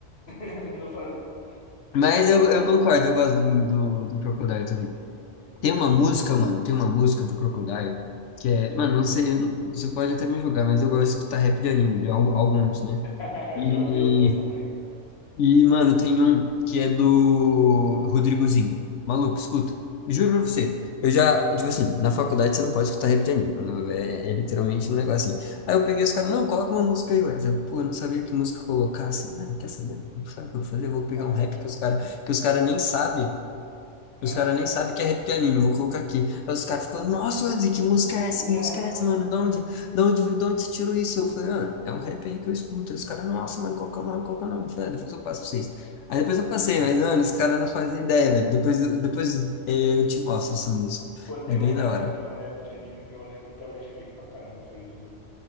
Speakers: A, on the left; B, on the left.
A: <laughs> Não faz. não-
B: Mas eu, eu concordo, eu gosto do, do, do Crocodile também. Tem
A: É.
B: uma música, mano, tem uma música do Crocodile que é, mano, não sei, você pode até me julgar, mas eu gosto de escutar rap de anime, de al- alguns, né?
A: <laughs>
B: E,
A: Já ouvi alguns também.
B: e mano, tem um que é do Rodrigozinho. Maluco, escuta. Juro pra você. Eu já, tipo assim, na faculdade você não pode escutar rap de anime, mano. É, é literalmente um negócio assim. Aí eu peguei os caras, não, coloca uma música aí, ué. Eu, pô, eu não sabia que música colocar assim. Ah, quer saber? Não Sabe o que eu vou fazer? Eu vou pegar
A: Tá,
B: um
A: rap
B: rap
A: de
B: que
A: anime.
B: os caras que os cara nem sabem.
A: Aham.
B: Os caras nem sabem que é rap de anime, vou colocar aqui. Aí os caras ficam, nossa, Wesley, que música é essa?
A: Maneiraça.
B: Que música é essa, mano? Da onde, da onde, viu- da onde você tirou isso? Eu falei, mano, é um rap aí que eu escuto. Aí Os caras, nossa, mano, qual que é o nome? Qual que é o nome? Falei, "Ah, depois eu passo pra vocês. Aí depois eu passei, mas, mano, os caras não fazem ideia, velho. Depois, depois eh, eu te mostro essa música.
A: Pô, tem
B: É bem
A: um rap,
B: da hora.
A: tem um rap de anime que eu lembro até hoje que eu ri pra caramba. Foi do,